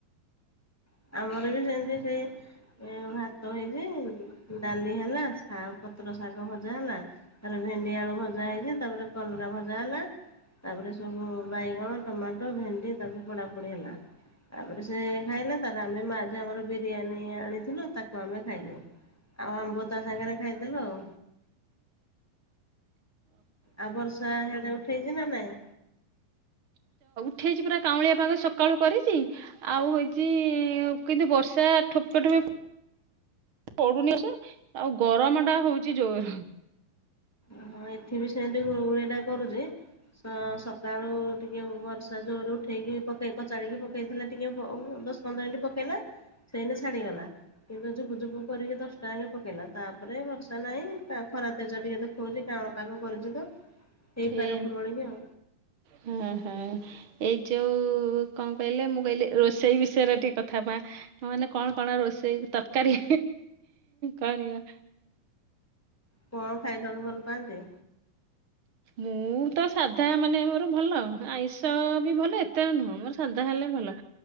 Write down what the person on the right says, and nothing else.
ଉଠାଇଛି ପୁରା କାଉଁଳିଆ ପାଖ ସକାଳୁ କରିଛି ଆଉ ହେଉଛି କିନ୍ତୁ ବର୍ଷା ଠୋପେ ଠୋପେ ପଡୁନି ସ ଆଉ ଗରମ ଟା ହଉଛି ଜୋର।
ଏ
ହଁ ହଁ। ଏଇ ଯୋଉ କଣ କହିଲେ ମୁଁ କହିଲି ରୋଷେଇ ବିଷୟରେ ଟିକେ କଥା ପା ମାନେ କଣ କଣ ରୋଷେଇ ତରକାରୀ କରିବ।
ମୁଁ ତ ସାଧା ମାନେ ମୋର ଭଲ ଆଇଁଷ ବି ଭଲ ଏତେରେ ନୁହଁ ମୋର ସାଧା ହେଲେ ଭଲ